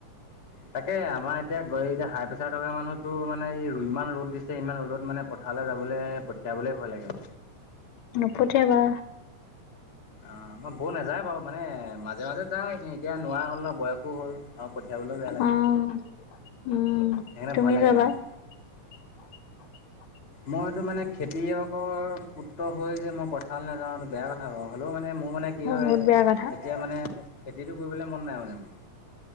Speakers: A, on the left; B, on the left.
A: তাকে আমাৰ এতিয়া গৈ এতিয়া হাই প্ৰেচাৰ থকা মানুহতো মানে ই ইমান ৰ'দ দিছে। ইমান ৰ'দত মানে পথাৰলৈ যাবলৈ পঠিয়াবলে ভয় লাগে আ।
B: নপঠিয়াবা
A: অ আমাৰ বৌ নাযায় বাৰু মানে মাজে মাজে যায় স এতিয়া নোৱাৰা হ'ল ন বয়সো হ'ল আৰু পঠিয়াবলৈ য <unintelligible> বেয়া লাগে।
B: অ', উম
A: সেইকাৰণে
B: তুমি
A: ভয় লাগে
B: যাবা।
A: মানে।
B: <unintelligible> <inaudible>
A: মইটো মানে খেতিয়কৰ পুত্ৰ হৈ যে মই পথাৰ নাযাওঁটো বেয়া কথা বাৰু। হ'লেও মানে মোৰ মানে কি হয়
B: বহুত বেয়া কথা
A: এতিয়া মানে খেতিতটো কৰিবলে মন নাই মানে মোৰ।